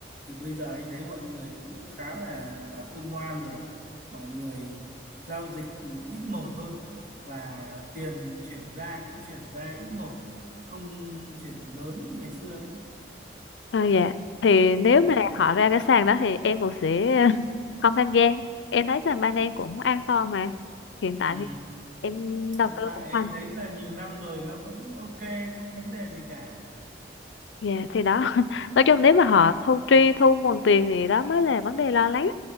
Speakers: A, on the right; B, on the left.
A: thì bây giờ anh thấy mọi người cũng khá là là khôn ngoan rồi mọi người giao dịch ít một thôi và tiền chuyển ra cũng chuyển ra ít một không chuyển lớn như ngày xưa nữa
B: À, dạ. Thì nếu
A: ừ.
B: mà họ ra cái sàn đó thì em cũng sẽ <laughs> không tham gia. Em thấy sàn ban em cũng an toàn mà. Hiện tại
A: Ừ.
B: thì em đầu
A: hiện
B: tư
A: tại
B: cũng
A: anh
B: hoàn
A: thấy là nhiều năm rồi nó vẫn ok không vấn đề gì cả
B: Dạ thì đó <laughs> nói chung nếu mà họ thu tri thu nguồn tiền thì đó mới là vấn đề lo lắng